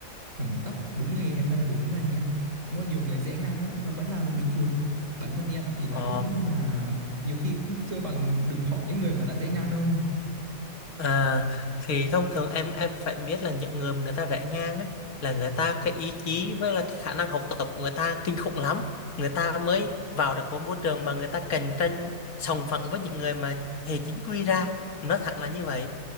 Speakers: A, on the right; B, on the left.
A: thẳng tắp đúng nghề hay là đúng ngành nha cũng có nhiều người rẽ ngang lắm mà vẫn làm được bình thường bản thân em thì là
B: ồ
A: đúng nhưng mà nhiều khi cũng chưa bằng được họ những người mà đã rẽ ngang đâu
B: À, thì thông thường em em phải biết là những người mà người ta rẽ ngang á, là người ta cái ý chí với là cái khả năng học tập của người ta kinh khủng lắm. Người ta mới vào được một môi trường mà người ta cạnh tranh sòng phẳng với những người mà hệ chính quy ra. Nói thẳng là như vậy.